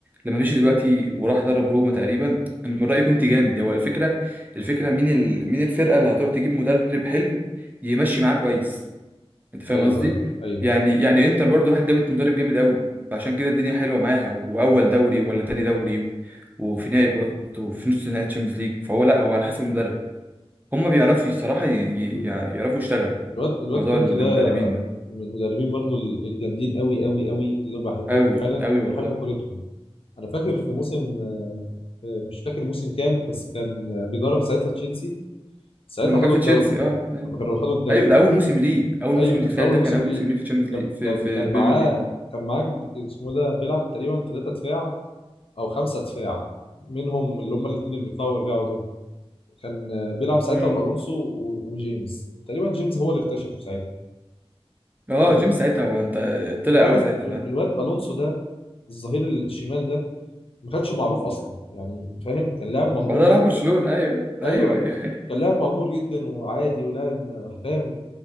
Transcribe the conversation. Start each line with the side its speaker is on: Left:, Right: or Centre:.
Right: لما مشي دلوقتي وراح درب روما تقريبا من رايي كنت جامد هو الفكره الفكره مين ال... مين الفرقه اللي هتروح تجيب مدرب حلو يمشي معاه كويس انت فاهم
Left: ايوه
Right: قصدي
Left: ايوه ايوه
Right: يعني يعني انتر برضو راحت جابت مدرب جامد قوي فعشان كده الدنيا حلوه معاها واول دوري ولا تاني دوري وفي نهائي برضه في نص نهائي تشامبيونز ليج فهو لا هو على حسب المدرب هم بيعرفوا صراحه ي... ي...
Left: مم.
Right: يعرفوا يشتغلوا
Left: الواد الواد
Right: موضوع
Left: كونتي
Right: المدربين
Left: ده
Right: ده
Left: من المدربين برضو ال- الجامدين قوي قوي قوي اللي بحبهم
Right: قوي
Left: فعلا
Right: قوي
Left: وبحب
Right: والله
Left: كورتهم انا فاكر في موسم آه، آه، مش فاكر موسم كام بس كان آه، بيدرب ساعتها تشيلسي ساعتها
Right: لما
Left: خدوا
Right: كان في
Left: الدوري
Right: تشيلسي اه ايوه
Left: لما كانوا خدوا الدوري
Right: ايوه ده اول موسم ليه اول
Left: ايوه
Right: موسم
Left: كان
Right: ليه تخيل
Left: في اول
Right: ده
Left: موسم
Right: كان اول
Left: ليه
Right: موسم ليه في تشامبيونز
Left: كان
Right: ليج في
Left: كان
Right: في
Left: كان
Right: البريمير
Left: معاه
Right: ليج
Left: كان معاه ج- اسمه ده بيلعب تقريبا ثلاثة دفاع او خمسة دفاع منهم اللي هم الاثنين اللي بيطلعوا ويرجعوا دول كان آه، بيلعب ساعتها
Right: امم
Left: بألونسو و- وجيمس تقريبا جيمس هو اللي اكتشفه ساعتها
Right: اه
Left: الاثنين
Right: جيمس ساعتها هو انت طلع
Left: الواد
Right: قوي ساعتها فاهم
Left: الواد الونسو ده الظهير الشمال ده ما كانش معروف اصلا يعني فاهم كان لاعب مغمور
Right: بعدها
Left: جدا
Right: راح برشلونة ايوه ايوه
Left: ايوه
Right: ايوه ايوه
Left: كان لاعب مغمور جدا وعادي ولاعب ما- فاهم